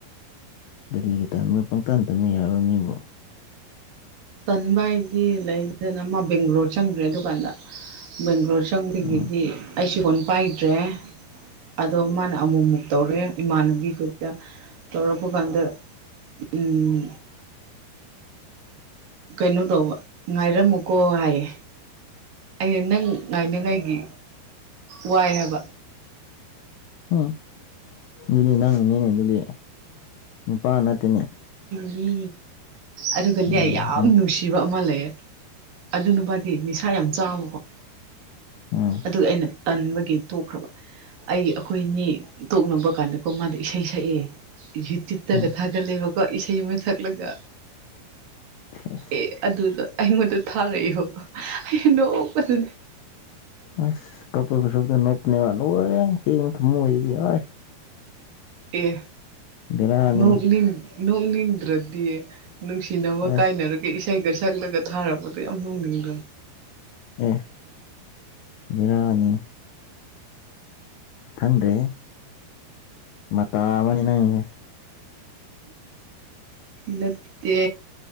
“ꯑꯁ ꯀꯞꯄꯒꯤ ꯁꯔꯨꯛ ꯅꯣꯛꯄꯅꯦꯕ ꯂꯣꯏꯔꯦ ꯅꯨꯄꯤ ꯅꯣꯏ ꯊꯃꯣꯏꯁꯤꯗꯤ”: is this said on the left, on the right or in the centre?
Left